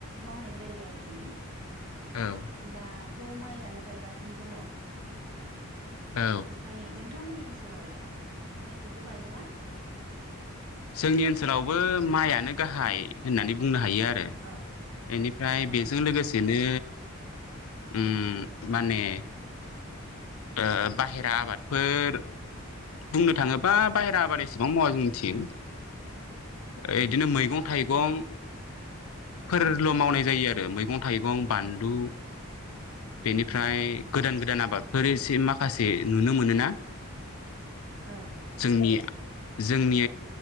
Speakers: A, on the right; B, on the left.
A: मावनाय जायो आरोखि
B: औ
A: दाथ' माइयानो गायगासिनो दङ'। ओमफाय
B: औ
A: नों थांमोननि ओनसोलावलाय माइखौथ' गायोना?
B: जोंनि ओनसोलावबो माइआनो गाहाय होननानै बुंनो हायो आरो।
A: औ
B: एनिफ्राय
A: औ
B: बेजों लोगोसेनो उम
A: औ
B: माने ओ बाहेरा आबादफोर बुंनो थाङोबा
A: उम
B: बाहेरा आबाद एस सेबां मावा जोंनि थिं ओ
A: उम
B: इदिनो मैगं थाइगं फोरल'
A: उम
B: मावनाय जायो आरो मैगं थाइगं, बानलु बेनिफ्राय
A: औ
B: गोदान गोदान आबादफोर एसे माखासे नुनो मोनोना
A: औ औ।
B: जोंनि जोंनि